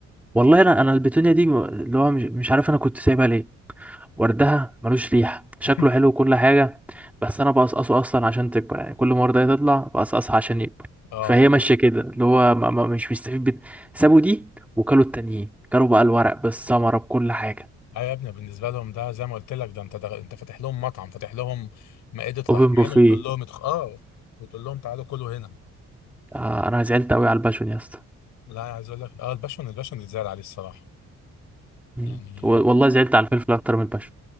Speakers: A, in the centre; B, on the left.
A: والله انا انا البتونيا دي م- اللي هو مش, مش عارف انا كنت سايبها ليه وردها ملوش ريحه شكله
B: <laughs>
A: حلو وكل حاجه بس انا بقصقصه اصلا عشان تكبر يعني كل ما ورده تطلع بقصقصها عشان يكبر
B: اه
A: فهي ماشيه كده اللي هو ما ما مش بيستفيد بت- سابوا دي وكلوا التانيين كلوا بقى الورق بالثمره بكل حاجه
B: ايوه يا ابني بالنسبه لهم ده زي ما قلت لك ده انت ده انت فاتح لهم مطعم فاتح لهم مائده
A: اوبن
B: رحمن
A: بوفيه
B: وبتقول لهم ادخ- اه بتقول لهم تعالوا كلوا هنا
A: آه، انا زعلت قوي على الباشون يا اسطى
B: لا عايز اقول لك اه الباشون الباشون اتزعل عليه الصراحه
A: مم.
B: يعني
A: و-
B: يعني
A: والله زعلت على الفلفل اكتر من البشر